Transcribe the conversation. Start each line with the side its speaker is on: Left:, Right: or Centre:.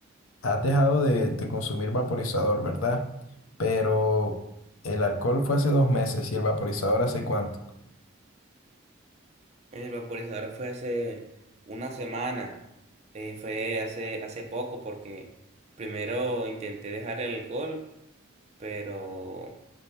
Left: Has dejado de, de consumir vaporizador, ¿verdad? Pero el alcohol fue hace dos meses y el vaporizador hace cuánto.
Right: El vaporizador fue hace una semana, eh, fue hace, hace poco porque primero intenté dejar el alcohol, pero